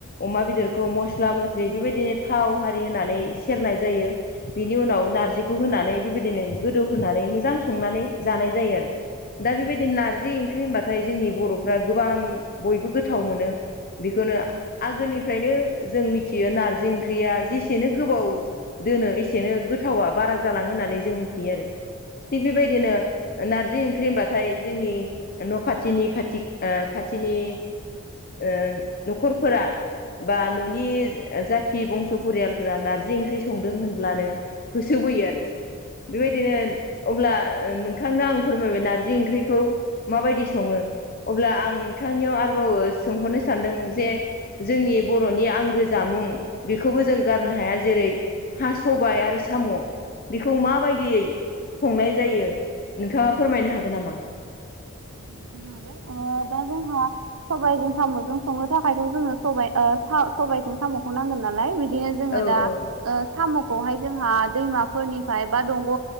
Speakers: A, on the left; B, on the right.
A: अमा बेदरखौ मस्ला मस्लि बेबायदिनो थाव हारि होनानै सेरनाय जायो। बिनि उनाव नारजिखौ होनानै बेबायदिनो गोदौ होनानै मोजां संनानै जानाय जायो आरो दा बेबायदिनो नारजि ओंख्रि होनबा फ्राय जोंनि बर'फ्रा गोबां बयबो गोथाव मोनो बेखौनो आगोलनिफ्रायनो जों मिथियो नारजि ओंख्रिया जेसेनो गोबाव दोनो एसेनो गोथावा बारा जालाङो होननानै जों मिथियो आरो थिग बेबायदिनो नारजि ओंख्रि होनबाथाय जोंनि न' खाथिनि खाथिक ओ खाथिनि ओ न'खरफोरा बा न'नि जाथि बंस' फरियालफोरा नारजि ओंख्रि संदों होनब्लानो होसोबोयो आरो बेबायदिनो अब्ला ओ नों थांनो आं फोरमायबाय नारजि ओंख्रिखौ माबायदि सङो? अब्ला आं नोंथांनियाव आरोबाव सोंहरनो सानदों जे जोंनि बर'नि आंगो जामुं बेखौबो जों गारनो हाया जेरै हा सबाय आरो साम' बेखौ मा बायदियै संनाय जायो नोंथाङा फोरमायनो हागोन नामा?
B: अ दा जोंहा सबायजों साम'जों संनो थाखायथ' जोङो साबाइ ओ सा सबाइजों साम'खौ नांगोन नालाय बिदि बिदिनो जोङो
A: औ
B: दा
A: औ
B: ओ साम'खौहाय जोंहा दैमाफोरनिफ्राय बा दंग'